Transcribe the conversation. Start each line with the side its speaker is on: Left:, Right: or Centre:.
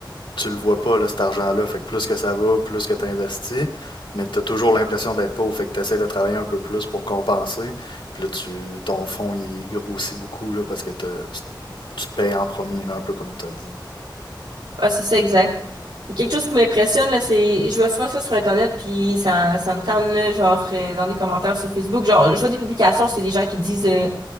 Left: tu le vois pas, là, cet argent-là. Fait que plus que ça va, plus que tu investis, mais tu as toujours l'impression d'être pauvre. Fait que tu essaies de travailler un peu plus pour compenser. Puis là, tu, ton fonds, il grossit beaucoup là, parce que t'as- tu te payes en premier, là, un peu comme tu as dit.
Right: Ah, c'est ça, exact. Il y a quelque chose qui m'impressionne, là, c'est, je vois souvent ça sur Internet, puis ça, ça me tente, là, genre, euh, dans des commentaires sur Facebook. Genre, je vois des publications, c'est des gens qui disent, euh,